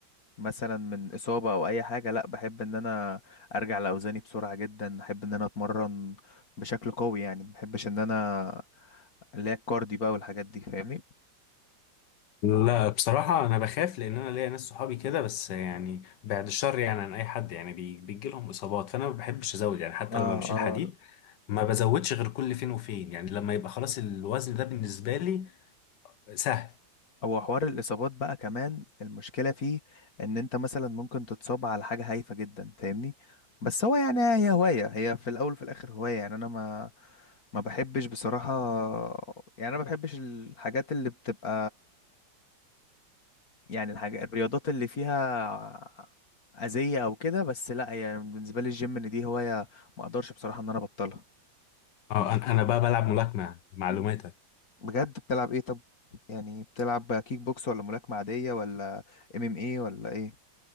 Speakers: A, on the left; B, on the left.
A: مثلا من اصابه او اي حاجه لا بحب ان انا ارجع لاوزاني بسرعه جدا بحب ان انا اتمرن بشكل قوي يعني ما بحبش ان انا اللي هي الكاردي بقى والحاجات دي فاهمني
B: لا بصراحة أنا بخاف لأن أنا ليا ناس صحابي كده بس يعني بعد الشر يعني عن أي حد يعني بي- بيجي لهم إصابات فأنا ما بحبش أزود يعني حتى
A: اه
B: لما بشيل
A: اه
B: حديد ما بزودش غير كل فين وفين يعني لما يبقى خلاص الوزن ده بالنسبة لي سهل
A: هو حوار الاصابات بقى كمان المشكله فيه ان انت مثلا ممكن تتصاب على حاجه هايفه جدا فاهمني بس هو يعني هي هوايه هي في الاول وفي الاخر هوايه يعني انا ما ما بحبش بصراحه يعني انا ما بحبش الحاجات اللي بتبقى يعني الحاجة الرياضات اللي فيها أذية أو كده بس لأ يعني بالنسبة لي الجيم إن دي هواية ما أقدرش بصراحة إن أنا أبطلها
B: أه أنا أنا بقى بلعب ملاكمة معلوماتك
A: بجد بتلعب ايه طب يعني بتلعب كيك بوكس ولا ملاكمة عادية ولا ام ام ايه ولا ايه